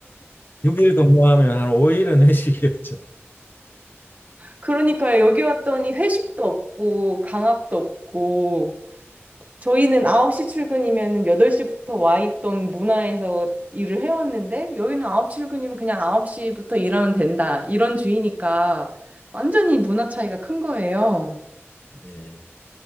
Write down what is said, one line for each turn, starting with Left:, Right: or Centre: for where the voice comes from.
Left: 6일 근무하면 한 5일은 <laughs> 회식이었죠.
Right: 그러니까 여기 왔더니 회식도 없고 강압도 없고 저희는 9시 출근이면 8시부터 와 있던 문화에서 일을 해왔는데 여기는 9시 출근이면 그냥 9시부터 일하면 된다. 이런 주의니까 완전히 문화 차이가 큰 거예요.
Left: 네.